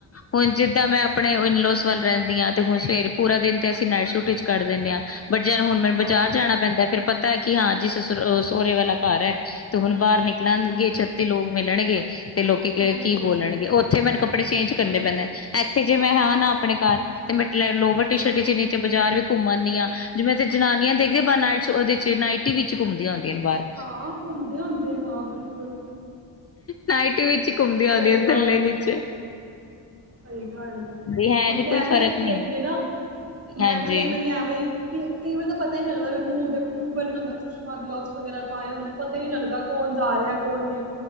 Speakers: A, on the left; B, on the right.
A: ਉੰਝ ਜਿੱਦਾਂ ਮੈਂ ਆਪਣੇ ਇਨਲੋਸ ਵੱਲ ਰਹਿੰਦੀ ਆ, ਤੇ ਹੁਣ ਸਵੇਰ ਪੂਰਾ ਦਿਨ ਤੇ ਅਸੀਂ ਨਾਈਟ ਸ਼ੂਟ ਵਿਚ ਕੱਢ ਦਿੰਦੇ ਆ। ਬਟ ਜੱਦੋ ਹੁਣ ਮੈਨੂੰ ਬਜ਼ਾਰ
B: ਹਾਂ
A: ਜਾਣਾ ਪੈਂਦਾ ਫਿਰ ਕਿ ਹਾਂ, ਜਿਸ ਸਹੁਰੇ ਵਾਲਾ ਘਰ ਐ ਤੇ ਹੁਣ ਬਾਹਰ ਨਿਕਲ ਨਿਕਲਾਂਗੀ,
B: ਹਾਂ
A: ਛੱਤੀ ਲੋਕ ਮਿਲਣਗੇ ਤੇ ਲੋਕੀ
B: ਬਿਲਕੁਲ
A: ਕੀ ਬੋਲਣਗੇ?
B: ਜੀ ਬਿਲਕੁਲ
A: ਉਹ ਮੈਨੂੰ ਕੱਪੜੇ ਚੇਂਜ ਕਰਨੇ ਪੈਂਦੇ। ਇੱਥੇ ਜਿਵੇਂ ਹਾਂ ਨਾ ਆਪਣੇ ਘਰ ਤੇ, ਮੈਂ ਲੋਵਰ ਟੀ ਸ਼ਰਟਟੀ
B: ਹਾਂ
A: ਨੀਚੇ ਬਾਜ਼ਾਰ ਵੀ ਘੁੰਮ ਆਪਣੀ ਆਂ। ਜਿਵੇਂ ਤੇ ਜਨਾਨੀਆਂ ਦੇਖਦੀ ਨਾਈਟ ਉਹਦੇ ਚ ਨਾਈਟ ਟੀ ਵਿੱਚ ਘੁੰਮਦੀਆਂ ਆਉਂਦੀਆਂ ਨੇ ਬਾਹਰ।
B: ਹਾਂ ਘੁੰਮਦੇ ਹੁੰਦੇ ਨੇ ਹਾਂ ਬਿਲਕੁਲ
A: ਨਾਈਟੀ ਵਿੱਚ ਹੀ ਘੁੰਮਦੀਆਂ ਹੁੰਦੀਆਂ।
B: ਸਹੀ
A: ਥੱਲੇ
B: ਗੱਲ
A: ਨੀਚੇ
B: ਏ ਸਹੀ ਗੱਲ ਐ।
A: ਵੀ ਹੈ
B: ਹੁਣ,
A: ਨੀ ਕੋਈ
B: ਮੈਂ
A: ਫ਼ਰਕ
B: ਵੀ ਇੱਥੇ
A: ਨਹੀਂ
B: ਹੈਗੀ ਆ ਨਾ
A: ਹਾਂਜੀ
B: ਮੈਂ ਵੀ ਕਈ ਵਾਰੀ ਐਵੇਂ ਈ, ਕਈ ਵਾਰੀ ਤਾਂ ਪਤਾ ਹੀ ਨੀ ਲੱਗਦਾ ਵੀ, ਮੂੰਹ ਦੇਖੋ, ਮੂੰਹ ਗਲਵਸ ਵਗੈਰਾ ਪਾ ਰਹੇ ਹੁੰਦੇ। ਪਤਾ ਨੀ ਲੱਗਦਾ ਕੌਣ ਜਾ ਰਿਹਾ ਕੌਣ ਨਹੀਂ।